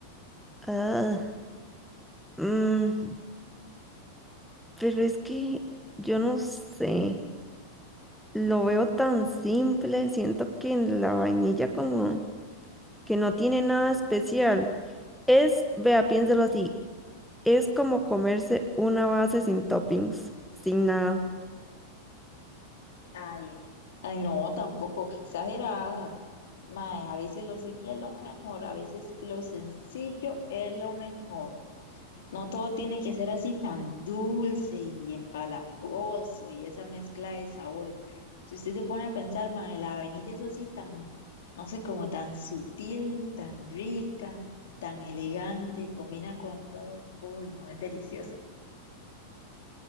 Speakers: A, in the centre; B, on the left.
A: Ah, mm, pero es que yo no sé. Lo veo tan simple. Siento que en la vainilla como que no tiene nada especial. Es, vea, piénselo así. Es como comerse una base sin toppings, sin nada.
B: Ay, ay, no, tampoco, qué exagerada. Mae, a veces lo simple es lo mejor, a veces lo sencillo es lo mejor. No todo tiene que ser así tan dulce y empalagoso y esa mezcla de sabores. Si usted se pone a pensar, mae, la vainilla es así tan, no sé, como tan sutil, tan rica, tan elegante, combina con todo. Uy, no, es deliciosa.